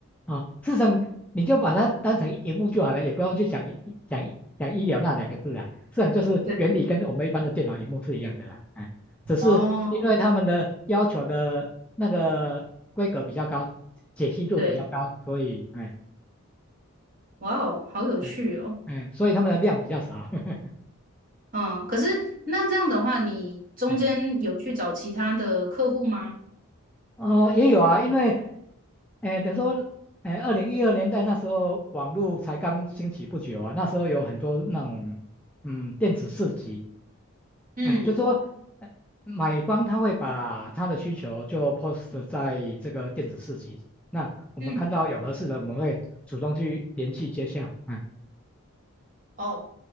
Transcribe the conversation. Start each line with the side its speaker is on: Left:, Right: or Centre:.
Centre: 啊，事实上你就把它当成荧幕就好了，也不要去讲医讲讲医疗那两个字啦。事实上就是原理跟我们一般的电脑荧幕是一样的啦，
Right: 对，
Centre: 哎，只是因为他们的要求的那个规格比较高，
Right: 哦。
Centre: 解析度比较高，
Right: 对，
Centre: 所以哎
Right: 哇哦，好有趣哦。
Centre: 哎哎，所以他们的量比较少。<laughs>
Right: 嗯，可是那这样的话，你中间有去找其他的客户吗？
Centre: 哎哦，也有啊，因为，哎，等于说，哎，二零一二年代那时候网络才刚兴起不久啊，那时候有很多那种，嗯，电子市集，
Right: 嗯
Centre: 哎，就说呃买方他会把他的需求就 post 在这个电子市集，那我们看到有合适的，
Right: 嗯，
Centre: 我们会主动去联系接洽。哎，
Right: 哦，